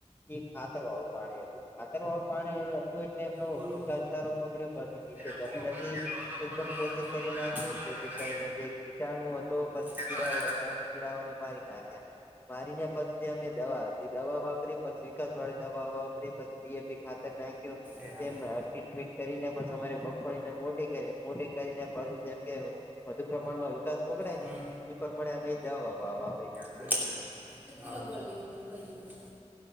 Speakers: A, on the left; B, on the right.
A: કે ખાતર વાળું પાણી હતું ખાતર વાળું પાણીયું હત. તો એટલે એમનો
B: બોલો
A: વિકાસ સારો પકડ્યો પછી નીચે
B: એ તો
A: જમીન
B: કોણ પેલો
A: હતી.
B: કેટલો હતો
A: એકદમ
B: ફોટો નવો
A: પોચી
B: થવાનો
A: કરી
B: આવ્યો
A: નાખે
B: તો બોલો ને
A: પોચી
B: તમારી
A: કરીને નાખે. કીટાણું હતો પછ
B: કેટલા
A: કીડાઓ
B: હજાર
A: હતા કીડાઓને મારી નાખ્યા મારીને પ જે અમે દવા આપી દવા વાપરી પછી વિકાસ વાળી દવા વાપરી પછી ડી એ પી ખાતર નાખ્યો
B: એ હા
A: એનમા હરખી ટ્રીટ મે કરીને મગફળીને મોટી કરી મોટી કરીને પાછ જગ્યાએ વધુ પ્રમાણમાં વિકાસ પકડે
B: હમ
A: એ પ્રમાણે આમે એ દવા વા વાપરી
B: <unintelligible>